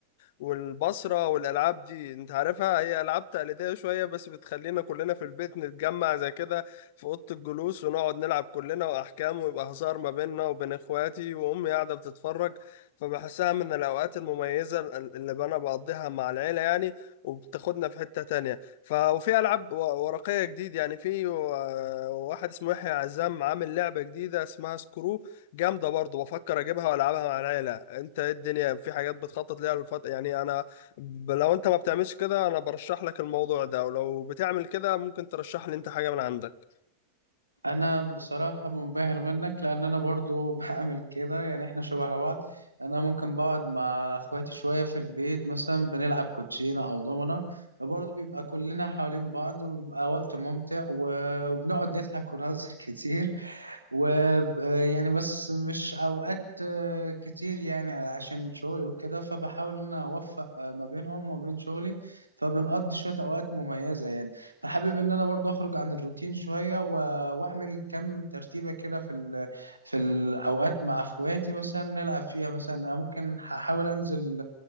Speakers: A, on the left; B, on the right.
A: والبصرة والألعاب دي أنت عارفها هي ألعاب تقليدية شوية بس بتخلينا كلنا في البيت نتجمع زي كده في اوضه الجلوس ونقعد نلعب كلنا واحكام ويبقى هزار ما بيننا وبين اخواتي وامي قاعده بتتفرج فبحسها من الاوقات المميزه ال- اللي انا بقضيها مع العيله يعني وبتاخدنا في حته تانية ف وفي العاب و- ورقيه جديد يعني في و- واحد اسمه يحيى عزام عامل لعبه جديده اسمها سكرو جامده برضه بفكر اجيبها والعبها مع العيله انت ايه الدنيا في حاجات بتخطط ليها الفتره يعني انا ب- لو انت ما بتعملش كده انا برشح لك الموضوع ده ولو بتعمل كده ممكن ترشح لي انت حاجة من عندك
B: انا بصراحة منبهر منك لان انا برضو <laughs> بعمل كده يعني احنا شبه بعض انا ممكن بقعد مع اخواتي شوية في البيت مثلا بنلعب كوتشينة او دومنة برضو بيبقى كلنا حوالين بعض وبيبقى وقت ممتع و- وبنقعد نضحك ونهزر <laughs> كتير ويعني بس مش اوقات آه، كتير يعني عشان شغلي وكده فبحاول ان انا اوفق آه، ما بينهم وما بين شغلي فبنقضي شوية اوقات مميزة يعني فحابب ان انا برضو اخرج عن الروتين شوية و- واعمل كم ترتيبة كده في ال... في الاوقات مع اخواتي مثلا نلعب فيها مثلا أنا ممكن هحاول انزل